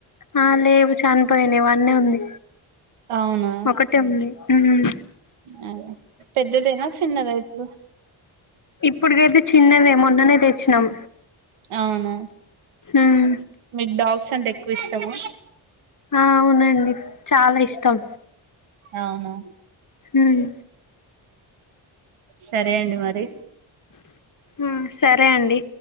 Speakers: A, on the left (about 40°); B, on the right (about 80°).
A: ఆ లేవు చనిపోయానయ్ వన్నే ఉంది
B: అవునా
A: ఒకటే ఉంది ఉమ్
B: అ పెద్దదేనా చిన్నదా ఇప్పుడు
A: ఇప్పుటికైతే చిన్నదే మొన్ననే తెచ్చినాం
B: అవునా
A: ఉమ్
B: మీకు డాగ్స్ అంటే ఎక్కువ ఇష్టము
A: ఆ అవునండి చాలా ఇష్టం
B: అవును
A: ఊహ్మ్
B: సరే అండి మరి
A: ఉమ్ సరే అండి